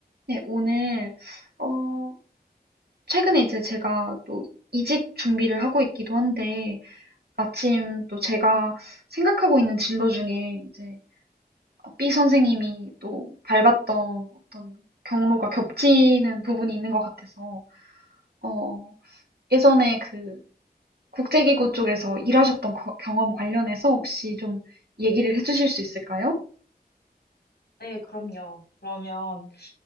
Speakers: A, on the right; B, on the left.
A: 네, 오늘, 어, 최근에 이제 제가 또 이직 준비를 하고 있기도 한데, 마침 또 제가 생각하고 있는 진로 중에 이제 어, B 선생님이 또 밟았던 어떤 경로가 겹치는 부분이 있는 것 같아서, 어, 예전에 그 국제기구 쪽에서 일하셨던 거- 경험 관련해서 혹시 좀 얘기를 해주실 수 있을까요?
B: 네, 그럼요. 그러면